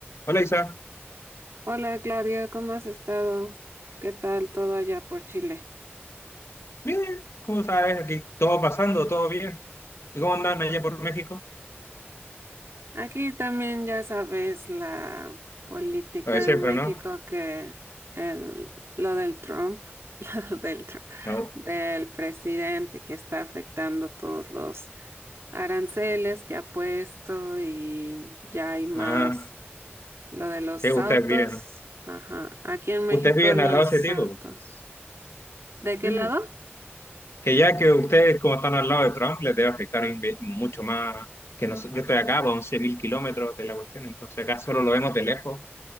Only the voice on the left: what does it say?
Hola Isa,
bien, ¿cómo sabes? Aquí todo pasando, todo bien. ¿Y cómo andan allá por México?
Lo de siempre,
¿no?
No.
Ah,
sí, ustedes
viven.
Ustedes viven
al lado de ese tipo.
Sí,
que ya que ustedes, como están al lado de Trump, les debe afectar inve- mucho más que nosotros. Yo estoy acá, a 11.000 kilómetros de la cuestión, entonces acá solo lo vemos de lejos.